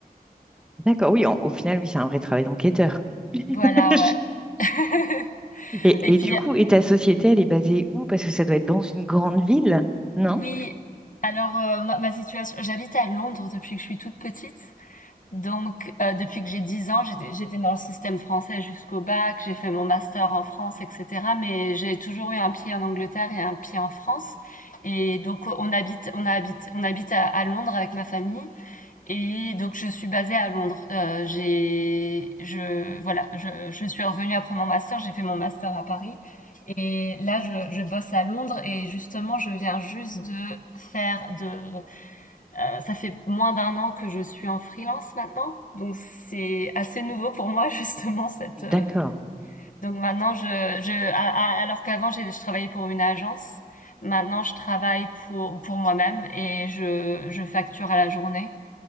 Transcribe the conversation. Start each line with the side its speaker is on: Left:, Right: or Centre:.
Centre: D'accord, oui, en- au final, oui, c'est un vrai travail d'enquêteur.
Left: Voilà,
Centre: <laughs>
Left: ouais. <laughs>
Centre: Et,
Left: et
Centre: et
Left: puis
Centre: du coup, et ta société, elle est basée où? Parce que ça doit être dans une grande ville, non?
Left: Oui, alors, heu, moi ma situation j'habite à Londres depuis que je suis toute petite, donc heu, depuis que j'ai dix ans, j'étais j'étais dans le système français jusqu'au bac, j'ai fait mon master en France et cetera, mais j'ai toujours eu un pied en Angleterre et un pied en France et donc on habite on habite on habite à à Londres avec ma famille et donc je suis basée à Londres. Heu, j'ai je voilà, je je suis revenue après mon master, j'ai fait mon master à Paris et là je je bosse à Londres et justement je viens juste de faire de, heu, ça fait moins d'un an que je suis en freelance maintenant, donc c'est assez nouveau pour moi <laughs> justement cette, heu
Centre: D'accord.
Left: donc maintenant je je a a alors qu'avant j'ai je travaillais pour une agence, maintenant je travaille pour pour moi-même et je je facture à la journée